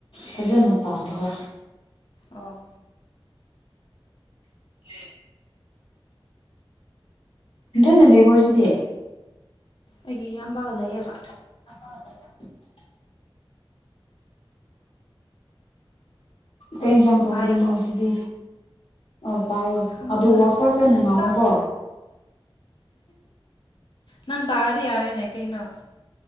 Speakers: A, on the left; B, on the left.
A: ꯐꯖꯅ ꯇꯥꯗꯕ
B: ꯑꯣ
A: <inaudible> ꯅꯊꯟꯗ ꯂꯩꯕ꯭ꯔꯣ ꯁꯤꯗꯤ
B: ꯑꯩꯒꯤ ꯏꯌꯥꯝꯕꯒ ꯂꯩꯌꯦꯕ
A: ꯍꯣꯏ ꯍ <inaudible> ꯀꯩ ꯏꯆꯥꯡ ꯇꯣꯡꯗꯣꯏꯅꯣ
B: ꯇꯥꯏꯀꯣ
A: ꯉꯁꯤꯗꯤ ꯑꯣ ꯇꯥꯏꯌꯦ
B: ꯑꯁ ꯈꯪꯗꯦꯗ
A: ꯑꯗꯨ ꯋꯥ ꯈꯔ ꯀꯟꯅ ꯉꯥꯡꯉꯨꯀꯣ
B: ꯆꯞ ꯅꯪ ꯇꯥꯔꯗꯤ ꯌꯥꯔꯦꯅꯦ ꯀꯩꯅꯣ